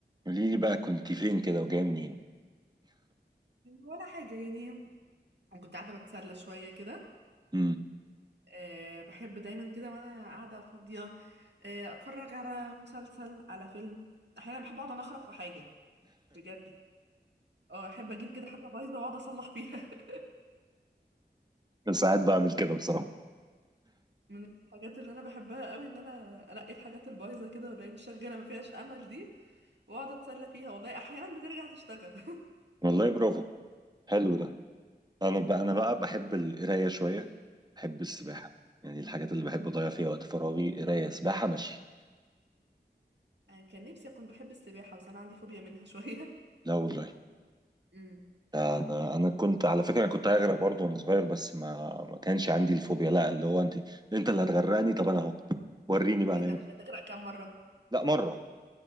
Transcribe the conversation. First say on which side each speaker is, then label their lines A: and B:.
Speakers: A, on the right; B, on the right.
A: قولي لي بقى كنت فين كده وجايه منين
B: ولا حاجة يعني أنا كنت قاعدة بتسلى شوية كده
A: امم
B: أه بحب دايما كده وأنا قاعدة فاضية أه أتفرج على مسلسل على فيلم أحيانا بحب أقعد أنخرف في حاجة بجد اه أحب أجيب كده حاجة بايظة وأقعد أصلح فيها <laughs>
A: <laughs> ساعات بعمل كده بصراحه
B: من الحاجات اللي أنا بحبها قوي إن أنا أنقي الحاجات البايظة كده واللي هي مش شغالة ما فيهاش أمل دي وأقعد أتسلى فيها والله أحيانا بترجع تشتغل <laughs>
A: والله برافو حلو ده انا بقى انا بقى بحب القرايه شويه بحب السباحه
B: أمم.
A: يعني الحاجات اللي بحب اضيع فيها وقت فراغي قرايه سباحه ماشي
B: أنا كان نفسي أكون بحب السباحة بس أنا عندي فوبيا منها شوية
A: لا والله
B: أمم.
A: ده انا انا كنت على فكره انا كنت هغرق برضه وانا صغير بس ما ما كانش عندي الفوبيا لا اللي هو انت انت اللي هتغرقني طب انا اهو وريني بقى
B: أنت
A: نعمل
B: كنت
A: إيه.
B: هتغرق كام مرة؟
A: لا مره